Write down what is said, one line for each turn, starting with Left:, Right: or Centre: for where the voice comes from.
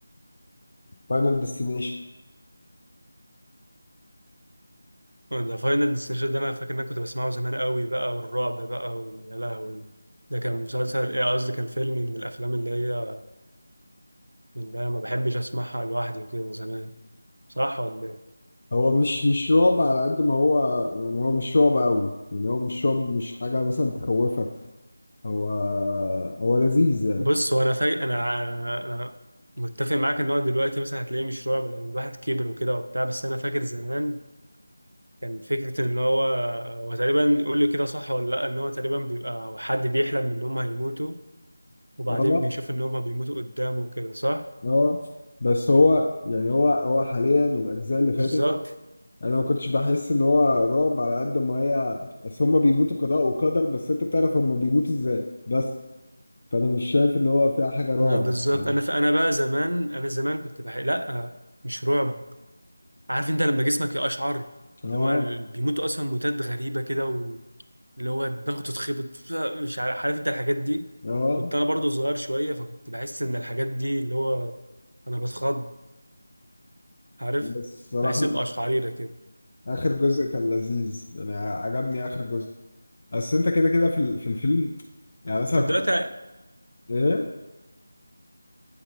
Left: فاينل ديستنيشن
Right: أه، ده فاينل ديستنيشن ده انا فاكر ان انا كنت بسمعه زمان قوي بقى والرعب بقى ويا لهوي ده كان مسلسل ايه قصدي كان فيلم من الافلام اللي هي من اللي هي ما بحبش اسمعها لوحدي وكده زمان صح ولا ايه
Left: هو مش مش رعب على قد ما هو يعني هو مش رعب قوي يعني هو مش رعب مش حاجة مثلا تخوفك هو هو لذيذ يعني
Right: بص هو انا فاي انا انا متفق معاك ان هو دلوقتي مثلا هتلاقيه مش رعب لان الواحد كبر وكده وبتاع بس انا فاكر زمان كان فكره ان هو هو تقريبا يقول لي كده صح ولا لا ان هو تقريبا بيبقى حد بيحلم ان هم هيموتوا وبعدين
Left: اه
Right: بيشوف ان هم بيموتوا قدامه وكده صح
Left: اه بس هو يعني هو هو حاليا والاجزاء اللي
Right: بالظبط
Left: فاتت انا ما كنتش بحس ان هو رعب على قد ما هي بس هما بيموتوا قضاء وقدر بس انت بتعرف هما بيموتوا ازاي بس فانا مش شايف ان هو فيها حاجه رعب
Right: ما بالظبط
Left: يعني
Right: انا ف... انا بقى زمان انا زمان كنت بحق لا مش رعب عارف انت لما جسمك يقشعر
Left: اه
Right: اللي هو ال- بيموتوا اصلا موتات غريبه كده اللي هو الضغط اتخبط مش عارف عارف انت الحاجات دي
Left: اه
Right: كنت انا برضو صغير شويه فكنت بحس ان الحاجات دي اللي هو انا بتخض عارف
Left: بس صراحه
Right: بحس بقشعريره كده
Left: اخر جزء كان لذيذ يعني عجبني اخر جزء بس انت كده كده في ال- في الفيلم يعني مثلا
Right: انت
Left: كنت
Right: دلوقتي
Left: ايه